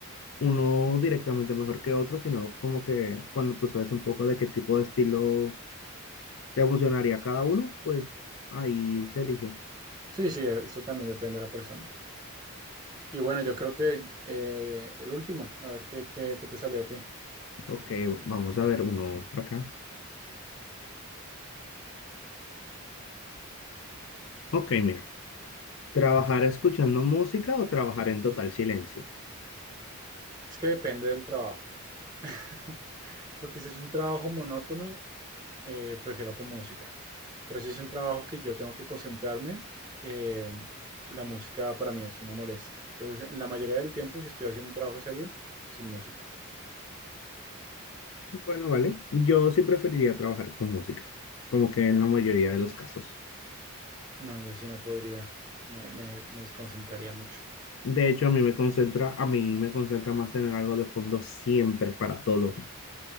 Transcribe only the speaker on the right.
Sí, sí, eso también depende de la persona. Y bueno, yo creo que eh, el último, a ver qué, qué, qué te salió a ti.
Es que depende del trabajo. <laughs> Porque si es un trabajo monótono, eh, prefiero con música. Pero si es un trabajo que yo tengo que concentrarme, eh, la música para mí es una molestia. Entonces, en la mayoría del tiempo, si estoy haciendo un trabajo serio, sin música.
No, yo sí no podría, me, me, me desconcentraría mucho.